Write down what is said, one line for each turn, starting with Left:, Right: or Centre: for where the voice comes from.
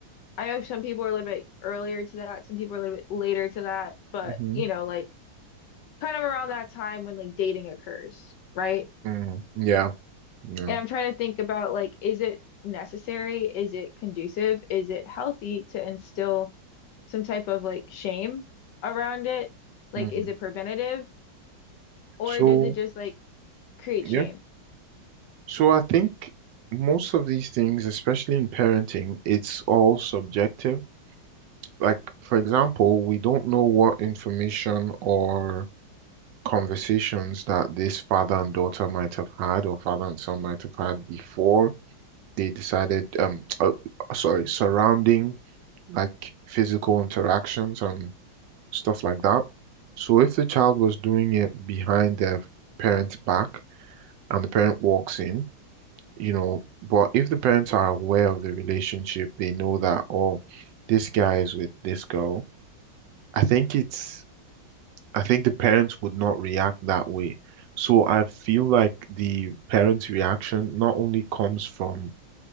Left: I know some people are a little bit earlier to that, some people are a little bit later to that, but
Right: Mm-hmm.
Left: you know, like kind of around that time when like dating occurs, right?
Right: Mm. Yeah. No.
Left: And I'm trying to think about like, is it necessary? Is it conducive? Is it healthy to instill some type of like shame around it? Like,
Right: Mm.
Left: is it preventative or
Right: So,
Left: does it just like create
Right: yeah.
Left: shame?
Right: So I think most of these things, especially in parenting, it's all subjective. Like, for example, we don't know what information or conversations that this father and daughter might have had, or father and son might have had before they decided, um, <tsk> uh, sorry, surrounding like physical interactions and stuff like that. So if the child was doing it behind their parent's back and the parent walks in, you know, but if the parents are aware of the relationship, they know that, oh, this guy is with this girl. I think it's I think the parents would not react that way. So I feel like the parents' reaction not only comes from